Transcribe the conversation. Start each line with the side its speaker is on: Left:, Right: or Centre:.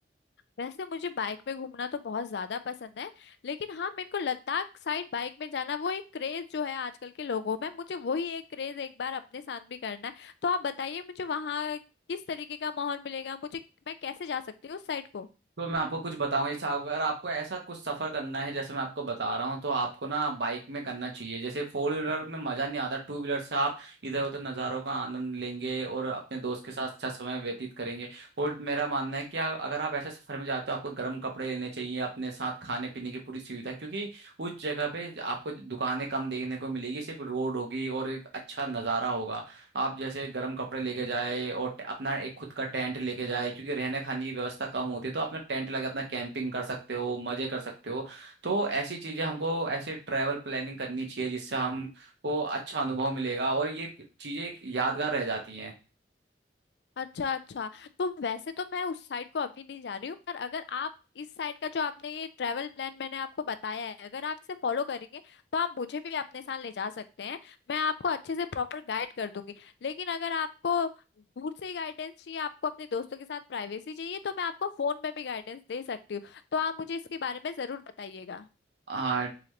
Left: वैसे मुझे बाइक में घूमना तो बहुत ज्यादा पसंद है लेकिन हाँ मेरे को लद्दाख साइड बाइक में जाना वो एक क्रेज जो है आजकल के लोगों में मुझे वही एक क्रेज एक बार अपने साथ भी करना है तो आप बताइए मुझे वहाँ किस तरीके का माहौल मिलेगा मुझे मैं कैसे जा सकती हूँ उस साइड को
Right: तो मैं आपको कुछ बताऊं जैसे अगर आपको ऐसा कुछ सफर करना है जैसे मैं आपको बता रहा हूँ तो आपको ना बाइक में करना चाहिए जैसे फोर व्हीलर में मजा नहीं आता टू व्हीलर से आप इधर उधर नज़ारों का आनंद लेंगे और अपने दोस्त के साथ अच्छा समय व्यतीत करेंगे और मेरा मानना है कि आ, अगर आप ऐसे सफर में जाते हो आपको गर्म कपड़े लेने चाहिए अपने साथ खाने पीने की पूरी सुविधा क्योंकि उस जगह पे आपको दुकानें कम देखने को मिलेगी सिर्फ रोड होगी और एक अच्छा नज़ारा होगा आप जैसे गर्म कपड़े लेके जाए और ट- अपना एक खुद का टेंट लेके जाए क्योंकि रहने खाने की व्यवस्था कम होती है तो अपना टेंट लगा अपना कैंपिंग कर सकते हो मजे कर सकते हो तो ऐसी चीजें हमको ऐसे ट्रैवल प्लानिंग करनी चाहिए जिससे हमको अच्छा अनुभव मिलेगा और ये चीजें एक यादगार रह जाती हैं
Left: अच्छा अच्छा तो वैसे तो मैं उस साइड को अभी नहीं जा रही हूँ पर अगर आप इस साइड का जो आपने ये ट्रैवल प्लान मैंने आपको बताया है अगर आप इसे फॉलो करेंगे तो आप मुझे भी अपने साथ ले जा सकते हैं मैं आपको अच्छे से प्रॉपर गाइड कर दूंगी लेकिन अगर आपको दूर से ही गाइडेंस चाहिए आपको अपने दोस्तों के साथ प्राइवेसी चाहिए तो मैं आपको फोन में भी गाइडेंस दे सकती हूँ तो आप मुझे इसके बारे में जरूर बताइएगा
Right: हाँ